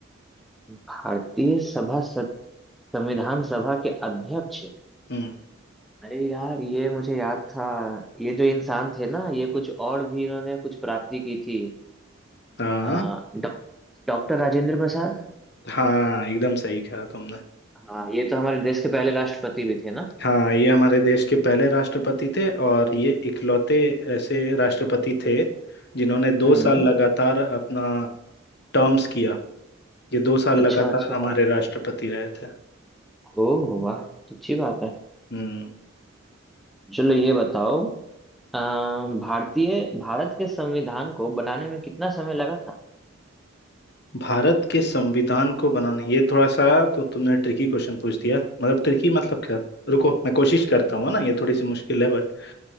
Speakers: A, in the centre; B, on the left (about 50°).
A: भारतीय सभा सत- संविधान सभा के अध्यक्ष
B: हम्म
A: अरे यार ये मुझे याद था ये जो इंसान थे ना ये कुछ और भी इन्होंने कुछ प्राप्ति की थी
B: हाँ
A: आ, डॉ- डॉक्टर राजेंद्र प्रसाद
B: हाँ एकदम सही कहा तुमने
A: हाँ ये तो हमारे देश के पहले राष्ट्रपति भी थे ना
B: हाँ ये हमारे देश के पहले राष्ट्रपति थे और ये इकलौते ऐसे राष्ट्रपति थे जिन्होंने दो
A: हम्म
B: साल लगातार अपना टर्म्स किया ये दो साल
A: अच्छा
B: लगातार
A: अच्छा
B: हमारे राष्ट्रपति रहे थे
A: ओ वाह तो अच्छी बात है
B: हम्म
A: चलो ये बताओ आ, भारतीय भारत के संविधान को बनाने में कितना समय लगा था
B: भारत के संविधान को बनाने ये थोड़ा सा तो तुमने ट्रिकी क्वेश्चन पूछ दिया मतलब ट्रिकी मतलब क्या रुको मैं कोशिश करता हूँ है ना ये थोड़ी सी मुश्किल है बट